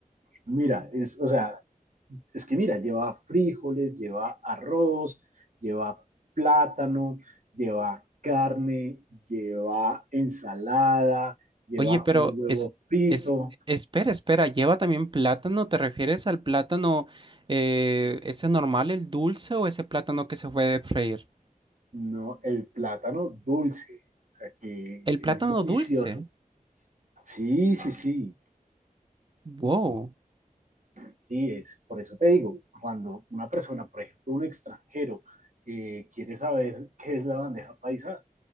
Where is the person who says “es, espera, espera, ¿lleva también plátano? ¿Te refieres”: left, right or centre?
Right